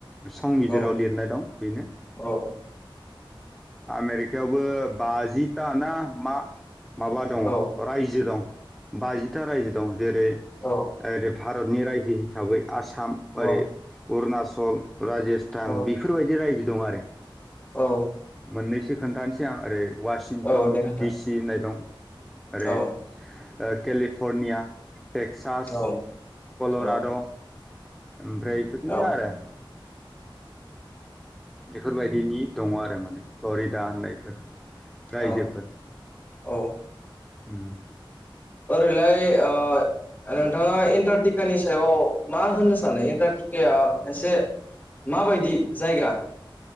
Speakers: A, in the centre; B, on the left.
A: संबिजिराव
B: औ
A: लिरनाय दं बेनो।
B: औ
A: आमेरिकायावबो बाजिथा ना मा माबा दङ
B: औ
A: रायजो दं बाजिथा रायजो दं जेरै
B: औ
A: ओरै भारतनि रायजो हिसाबै आसाम
B: औ
A: ओरै अरुणचल, राजस्थ थान
B: औ
A: बेफोरबायदि रायजो दं आरो।
B: औ
A: मोननैसो खोन्थानोसै आं ओरै ववासिंटन
B: औ दे नोंथां
A: डिसि होननाय दं ओरै
B: औ
A: ओ केलिफर्निया टेक्सास
B: औ
A: कल'राड'।
B: औ
A: ओमफ्राय इफोरनो
B: औ
A: आरो। बेफोरबायदिनि दङ आरो माने बावरि दा होननायफोर रायजोफोर।
B: औ औ
A: उम
B: ओरैलाय ओ नोंथाङा एन्टारटिकानि सायाव मा होननो सानो एन्टार टिकाया मोनसे माबायदि जायगा?